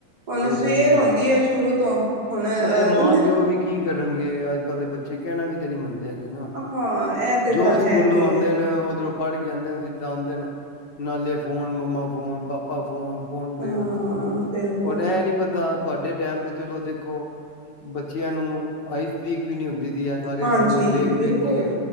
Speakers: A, on the right; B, on the left.
A: ਹੁਣ
B: ਬਈ
A: ਸਵੇਰ
B: ਸਹੀ ਗੱਲ
A: ਆਉਂਦੀ ਹੈ ਸ਼ੁਰੂ ਤੋਂ ਹੁਣ ਅਹ
B: ਉੱਥੇ ਮਾਂ
A: ਉੱਠ
B: ਪਿਓ ਵੀ ਕੀ ਕਰਨਗੇ ਅੱਜ ਕੱਲ੍ਹ ਦੇ ਬੱਚੇ ਕਹਿਣਾ ਵੀ ਤੇ ਨਹੀਂ ਮੰਨਦੇ ਹੈਗੇ। ਨਾ
A: ਹਾਂ ਇਹ ਤੇ
B: ਜੋ
A: ਗੱਲ
B: ਸਕੂਲੋਂ
A: ਹੈਗੀ
B: ਆਉਂਦੇ
A: ਹੈ
B: ਨੇ ਉਧਰੋਂ ਪੜ ਕੇ ਆਉਂ ਦੇ ਨੇ ਨਾਲੇ phone mumma phone papa phone phone
A: ਹਾਂ
B: ਦਿਓ ਥ ਉਹਨੇ
A: ਬਿਲਕੁਲ
B: ਐ ਨੀ ਪਤਾ ਤੁਆਡੇ ਟੈਮ ਤੇ ਚਲੋ ਦੇਖੋ ਬੱਚਿਆਂ ਨੂੰ ਆਈਸ ਵੀਕ ਵੀ ਨੀ ਹੁੰਦੀ ਥੀ
A: ਹਾਂਜੀ
B: ਫੋਨ ਵੇਖ
A: ਬਿਲਕੁਲ
B: ਵੇਖ ਕੇ